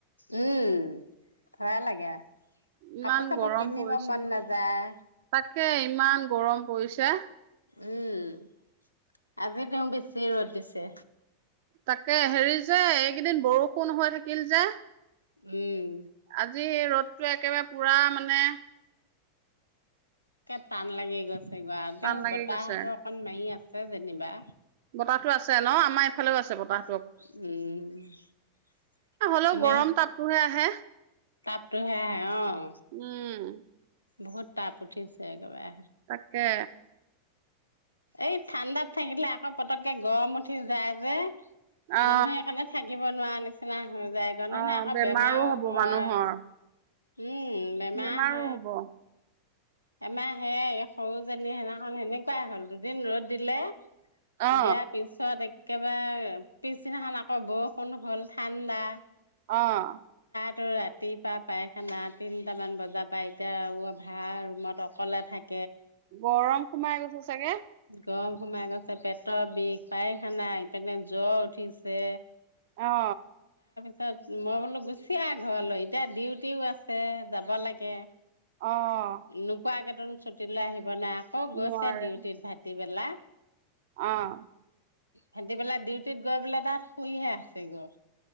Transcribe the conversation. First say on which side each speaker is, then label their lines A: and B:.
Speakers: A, on the left; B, on the right.
A: উম ভয় লাগে।
B: ইমান
A: কাপোৰ চাপোৰ
B: গৰম
A: পিন্ধিব
B: পৰিছে
A: মন নাযায়
B: তাকে ইমান গৰম হৈছে,
A: উম আজি তেওঁ বেছি ৰ'দ দিছে।
B: তাকে হেৰি যে এইকেইদিন বৰষুণ হৈয় থাকিল যে
A: উম!
B: আজি জি ৰ'দটোৱে একেবাৰে পুৰা মানে
A: কে টান লাগি গৈ <unintelligible> তেওঁ
B: টান লাগি
A: বতাহতো
B: গৈছে
A: অকণ মাৰি আছ যেনিবা
B: বতাহটো আছে ন? আম আমাৰ এইফালেও আছে বতাঁহ
A: উম।
B: হ'লেও
A: এনে
B: গৰম তাপটোহে আহে।
A: তাপটোহে আহে, অ'।
B: উম।
A: বহুত তাপ উঠিছে একেবাৰে।
B: তাকে।
A: এই ঠাণ্ডাত থাকিলে আকৌ পতকে গৰম উঠি যায় যে।
B: অ
A: মানুহে সেইকাৰণে থাকিব নোৱায়ে নিচিনা
B: অ
A: <unintelligible> আকৌ বেমাৰো
B: হ'ব
A: হয়
B: মানুহৰ
A: উম বেমাৰ
B: বেমাৰো
A: হয়
B: হব।
A: আমাৰ হেয়াই, এই সৰু জনীৰ সেইদিনাখন এনেকুৱাই হল। এদিন ৰদ দিলে।
B: অ
A: দিয়া পিছত এক একেবাৰে পিছদিনাখন আকৌ বৰষুণ হল, ঠাণ্ডা।
B: অ '।
A: তো ৰাতিৰপা পায়খানা, তিনিটা মান বজাপা এতিয়া আৰু <unintelligible> মইতো অকলে থাকি
B: গৰম সোমাই গৈছে চাগে।
A: গৰম সোমাই গৈছে, পেটৰ বিষ, পাইখানা, এইপিনে জ্বৰ উঠিছে।
B: অ '।
A: <unintelligible> মই বোলো গুচি আহা ঘৰলৈ, এতিয়া ডিউটিও আছে যাব লগে।
B: অ '।
A: নোকোৱা কেইটোন ছুটীলৈ আহিব নাই আ অ' গৈছে
B: নোৱাৰে
A: ডিউটিত ভাতি পেল লা।
B: অ'।
A: সিতি পেলাই ডিউটিত গৈ পেলাই তাত শুইহে আছে গৈ।